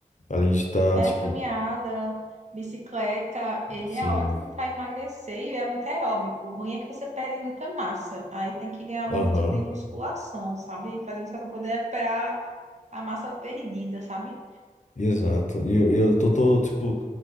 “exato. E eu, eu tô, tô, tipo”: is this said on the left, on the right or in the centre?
Left